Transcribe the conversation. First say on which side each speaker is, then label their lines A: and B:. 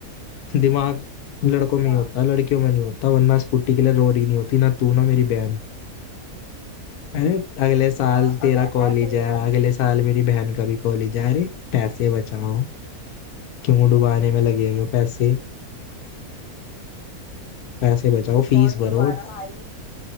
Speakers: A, on the left; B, on the left.
A: दिमाग लड़कों
B: अच्छा
A: में ही होता है लड़कियों में नहीं होता वरना स्कूटी के लिए रो रही नहीं होती ना तू ना मेरी बहन अरे अगले
B: अच्छा
A: साल तेरा
B: अगर ऐसा
A: कॉलेज
B: ही
A: है
B: होता ना
A: अगले साल मेरी बहन का भी कॉलेज है अरे पैसे बचाओ क्यों डुबाने में लगे हुए हो? पैसे पैसे बचाओ फीस
B: कौन
A: भरो
B: दोबारा भाई